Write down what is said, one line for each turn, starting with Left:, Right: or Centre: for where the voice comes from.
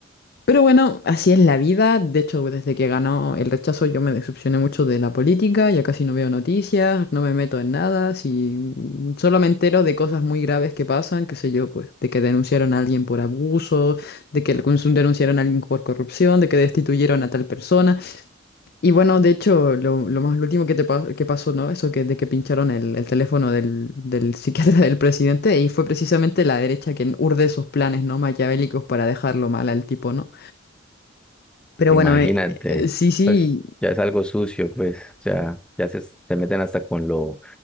Left: Pero bueno, así es la vida. De hecho, desde que ganó el rechazo yo me decepcioné mucho de la política, ya casi no veo noticias, no me meto en nada, si solo me entero de cosas muy graves que pasan, qué sé yo, pues, de que denunciaron a alguien por abuso, de que cons- denunciaron a alguien por corrupción, de que destituyeron a tal persona. Y bueno, de hecho, lo, lo más lo último que te pa- que pasó, ¿no? Eso que de que pincharon el, el teléfono del, del <laughs> psiquiatra del presidente, y fue precisamente la derecha quien urde esos planes, ¿no? Maquiavélicos para dejarlo mal al tipo, ¿no? Pero
Centre: imagínate,
Left: bueno, eh, eh, sí, sí,
Centre: pues ya es algo sucio, pues ya, ya se, se meten hasta con lo,